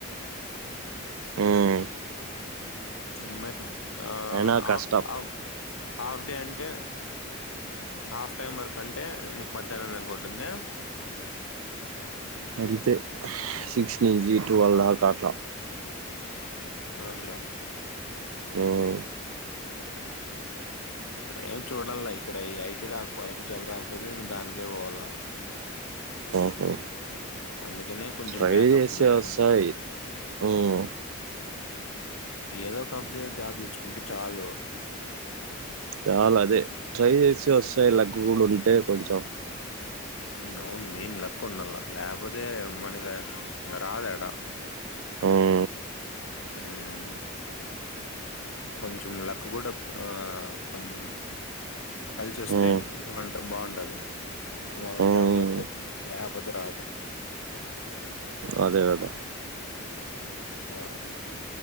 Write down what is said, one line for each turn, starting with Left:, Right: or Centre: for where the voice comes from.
Right: హ్మ్
Left: ఉమ్ మరి ఆ
Right: అయినా కష్టం
Left: ఆఫ్ ఆఫ్ హాఫ్ డే అంటే, హాఫ్ టైమ్ వర్క్ అంటే నీకు మధ్యాహ్నం దంకా ఉంటుందే
Right: అంతే సిక్స్ నుంచి
Left: ఉహు,
Right: ట్యూవెల్ దాకా అట్లా
Left: అవున్లే
Right: ఉమ్మ్
Left: ఎక్కడ ఏం చూడాన్ల ఇక్కడ ఈ ఐటీ రాక్పో, ఐటీ జాబ్ రాకపోతే ఇంకా దానికే పోవాల్ల
Right: ఆహా
Left: అందుకనే కొంచెం
Right: ట్రై
Left: బ్యాకప్కు
Right: చేస్తే
Left: బెట్టుకున్నా
Right: వస్తాయి హ్మ్
Left: ఏదో కంపెనీలో జాబ్ తెచ్చుకుంటే చాలు.
Right: చాలాదే, ట్రై జేసి వస్తాయి లక్ గుడా ఉంటే కొంచెం.
Left: ఉమ్ అవును మెయిన్ లక్ ఉండాల్లా, లేకపోతే మనకి రాదాడా.
Right: ఉమ్
Left: ఉమ్మ్ కొంచెం లక్కు గుడా ఆ కొంచెం కలిసోస్తే
Right: హ్మ్
Left: బాగుంట, బాగుంటది మనకి. ఇలా
Right: హ్మ్
Left: జాబులు అత్తాయి లేకపోతే రాద్.
Right: అదేగదా
Left: ఆ